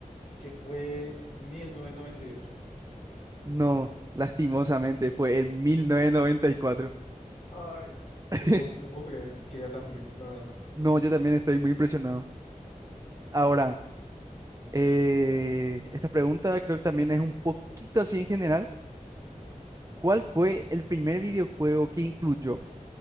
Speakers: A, on the left; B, on the right.
A: que fue 1998.
B: No, lastimosamente fue en 1994.
A: Ay,
B: <laughs>
A: no puedo, no puedo creer que era tan viejo, la verdad.
B: No, yo también estoy muy impresionado. Ahora, eh, esta pregunta creo que también es un poquito así en general. ¿Cuál fue el primer videojuego que incluyó